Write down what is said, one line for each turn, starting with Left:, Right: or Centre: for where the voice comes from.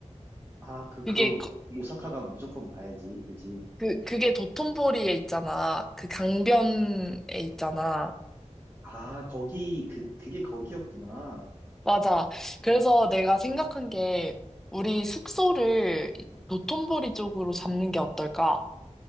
Right: 아, 그,
Centre: 그게
Right: 그거
Centre: 거-
Right: 오사카가 무조건 봐야지. 그지?
Centre: 그 그게 도톤보리에 있잖아. 그 강변에 있잖아.
Right: 아, 거기, 그, 그게 거기였구나.
Centre: 맞아. 그래서 내가 생각한 게 우리 숙소를 이 도톤보리 쪽으로 잡는 게 어떨까?